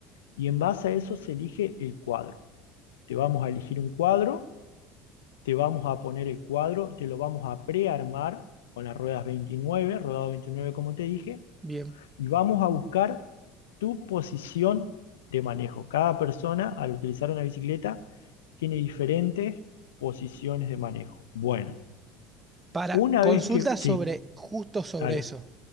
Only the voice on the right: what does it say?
Bien.
Para
consultas
sobre, justo sobre
eso.